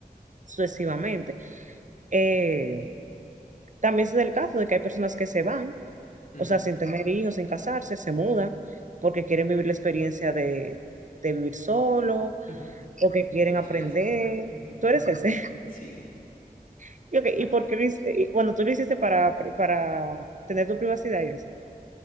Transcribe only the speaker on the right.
sucesivamente. Eh, también se da el caso de que hay personas que se van,
o sea, sin tener hijos, sin casarse, se mudan porque quieren vivir la experiencia de, de vivir solo,
porque
quieren aprender.
Tú eres
ese.
<laughs> ¿Y, okay,
¿y por qué lo hici- y, Bueno, tú lo hiciste para, para tener tu privacidad y eso.